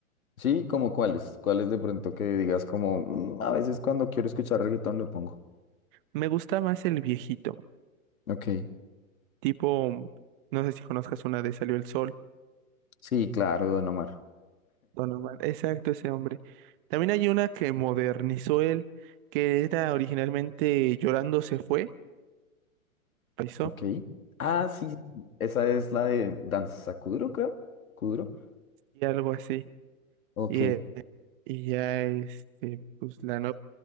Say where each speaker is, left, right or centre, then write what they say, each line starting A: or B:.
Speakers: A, on the left; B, on the right.
A: Sí, como cuáles. Cuáles de pronto que digas como, "Mm, a veces cuando quiero escuchar reggaetón lo pongo.
B: Me gusta más el viejito,
A: Ok.
B: tipo, no sé si conozcas una de Salió el Sol,
A: Sí, claro, Don Omar.
B: Don Omar. Exacto, ese hombre. También hay una que modernizó él, que era originalmente Llorando se fue, paisó,
A: Ok. Ah, sí. Esa es la de Danza Kuduro, creo. Kuduro.
B: y algo así.
A: Ok.
B: Y, eh, y ya, este, pues la nueva,